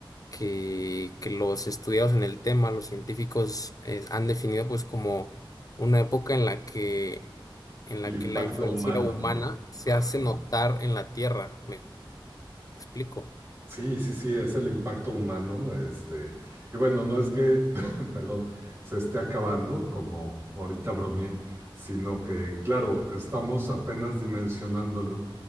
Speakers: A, on the left; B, on the right.
A: que, que los estudiados en el tema, los científicos, eh, han definido pues como una época en la que, en
B: el
A: la
B: impacto
A: que la influencia
B: humano,
A: humana
B: ¿no?
A: se
B: Ajá.
A: hace notar en la Tierra. ¿Me explico?
B: Sí, sí, sí, es el impacto humano, este, y bueno, no es que, <laughs> perdón, se esté acabando, como ahorita bromeé, sino que, claro, estamos apenas dimensionándolo